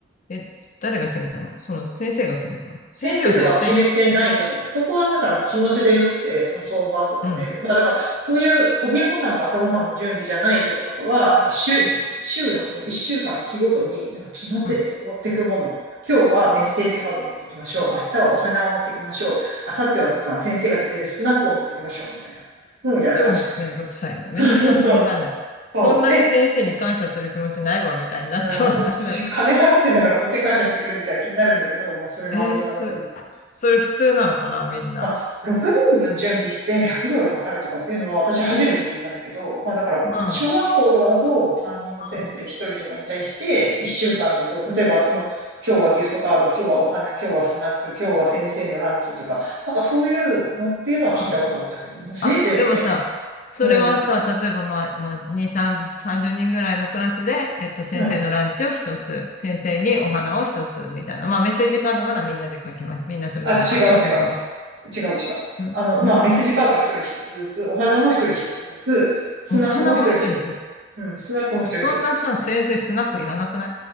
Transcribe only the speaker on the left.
え、誰が決めたのその先生が決めたの先生はじゃあ一体、
うん、
う
ん、
超めんどくさいね。
めんどくさすぎだね。そんなに先生に感謝する気持ちないわ、
みたいになっちゃわない
<laughs> なんか、
えーそ、それ普通なのかなみんな。
うん、うん、うん。
うん
あ、でもさ、それはさ、
例えばまあ、まあ、2、3、30人ぐらいのクラスで、えっと、先生のランチを一つ、
先生にお花を一つ、みたいな。まあ、メッセージカードならみんなで書きます。みんなそれぞれ書いて、
私も。
うん、
ん
お花も一人一つ。
そんなさ、先生スナックいらなくない